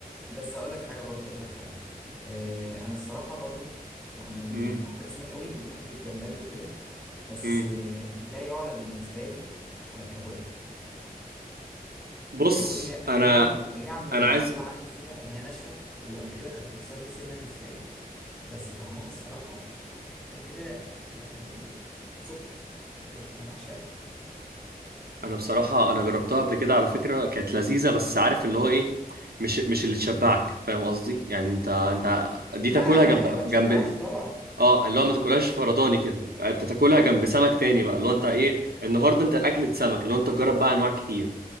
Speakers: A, in the centre; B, on the right (about 75°).
A: بس اقول لك حاجه برضو اقول لك حاجه آه انا الصراحه برضو يعني
B: مم.
A: بحب الاسماك قوي وبحب الجمبري وكده بس
B: مم.
A: لا يعلى بالنسبة لي على الكابوريا
B: بص
A: الكابوريا أي
B: انا
A: نعم أي نعم هي
B: انا
A: المشكلة
B: عايز
A: عندي فيها إن هي ناشفة وقبل كده كانت بتكسر لي سنة من سناني بس طعمها الصراحة حاجة كده يعني سكر بجد أنا بعشقها
B: انا بصراحه انا جربتها قبل كده على فكره كانت لذيذه بس عارف اللي هو ايه مش مش اللي تشبعك فاهم قصدي يعني انت انت دي
A: لا
B: تاكلها جنب
A: لا هي ما تشبعش
B: جنب
A: طبعا
B: اه اللي هو ما تاكلهاش فرداني كده انت تاكلها جنب سمك تاني بقى اللي هو انت ايه النهارده انت اكلة سمك اللي هو انت تجرب بقى انواع كتير